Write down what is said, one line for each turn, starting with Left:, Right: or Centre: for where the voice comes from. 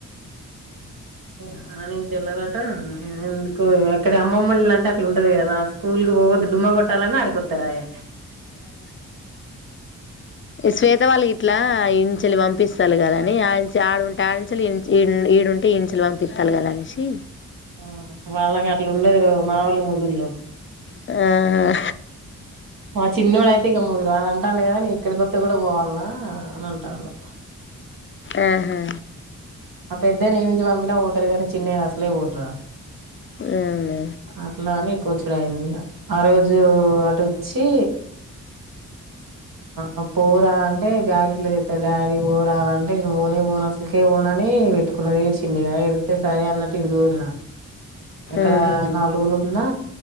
Right: ఇగ నుంచెల్లరాట ఎందుకో ఇగ ఇక్కడ అమ్మమ్మల్ అంటే అట్లు ఉంటది కదా స్కూల్ క పోద్దు డుమ్మ కొట్టాలని ఆడికొతారయే
Left: ఇ స్వేత్ త వల్లుగిట్ల ఇంచలి పంపిస్తల్లు కదా అని అంచె ఆడి ఆడుంటే ఆడించలి ఈడుంటే ఇంచలి పంపితల్లు గదా అనేసి
Right: ఆ వాళ్ళకి అట్లుండదురో మావాళ్ళు ముదుర్లు
Left: ఆ
Right: మా చిన్నోడు అయితే ఇంక ముదురు వాళ అంటాను కదా నీ ఇక్కడి కొత్త కూడా పోవాలన్నా అనన్ టాన్డు
Left: ఆహా
Right: మా పెద్దనా నుంచి పంపినా పోతాడు కానీ చిన్నేన అసలే పొడ్రా
Left: అవునా
Right: అట్లానీ కూర్చుడు అయింది ఇగ ఆ రోజు అటోచ్చి ఆ పోరా అంటే బ్యాగులేత డాడీ పోరా అంటే నేను పోనే పోను అసలకే పోన మే పెట్టుకున్నారు ఏడ్చిందిగా ఎడితే సరే అన్నట్టు ఇటుతోల్న ఎక్కడ
Left: ఆహా
Right: నాల్రోజులున్నా